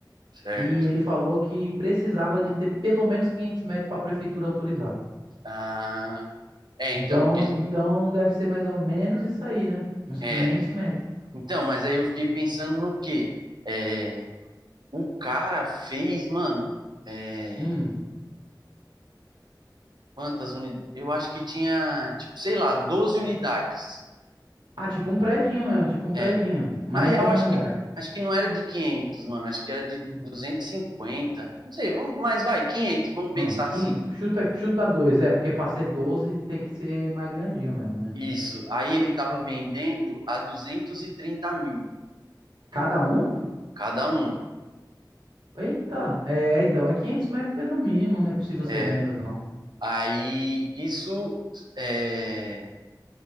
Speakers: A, on the right; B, on the right.
A: certo.
B: e ele falou que precisava de ter pelo menos 500 metros para a prefeitura autorizar.
A: Ah, é,
B: Então,
A: então, porque-
B: então deve ser mais ou menos isso aí, né? Uns
A: é,
B: 500 metros.
A: então, mas aí eu fiquei pensando no quê? É, o cara fez, mano, é,
B: Hum.
A: quantas unidades? Eu acho que tinha, tipo, sei lá, 12 unidades.
B: Ah, tipo um predinho mesmo, tipo um
A: eh,
B: predinho, mais
A: Na real,
B: de um
A: acho
B: andar.
A: que, acho que não era de 500, mano. Acho que era de
B: Hum.
A: 250. Não sei, vamos, mas vai, 500, vamos
B: Ah,
A: pensar
B: 500,
A: assim.
B: chuta, chuta dois, é, porque para ser 12 tem que ser mais grandinho mesmo, né?
A: Isso. Aí ele tava vendendo a 230 mil
B: Cada um?
A: cada um.
B: Eita, é, então é 500 metros no mínimo, não é possível ser
A: É.
B: menos, não.
A: Aí isso. É...